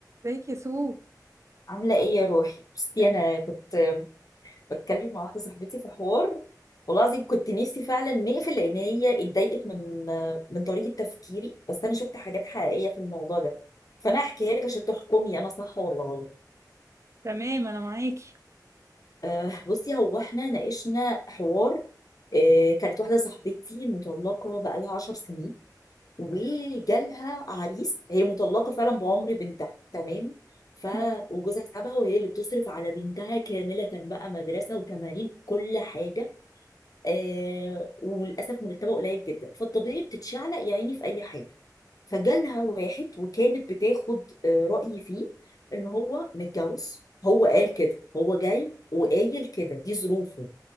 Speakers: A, on the right (about 45°); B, on the left (about 55°).
A: ازيك يا سو
B: عاملة ايه يا روحي بصي
A: تم-
B: انا كنت بتكلم مع واحدة صاحبتي في حوار والله العظيم كنت نفسي فعلا نقفل لان هي اتضايقت من من طريقة تفكيري بس انا شفت حاجات حقيقية في الموضوع ده فانا هحكيها لك عشان تحكمي انا صح ولا غلط
A: تمام انا معاكي
B: أه بصي هو احنا ناقشنا حوار أه كانت واحدة صاحبتي مطلقة بقالها عشر سنين وجالها عريس هي مطلقه فعلا بعمر بنتها تمام ف
A: تمام
B: وجوزها سابها وهي اللي بتصرف على بنتها كامله بقى مدرسه وتمارين كل حاجه آه وللاسف مرتبه قليل جدا فالطبيعي بتتشعلق يا عيني في اي حاجه فجالها واحد وكانت بتاخد آه رايي فيه ان هو متجوز هو قال كده هو جاي وقايل كده دي ظروفه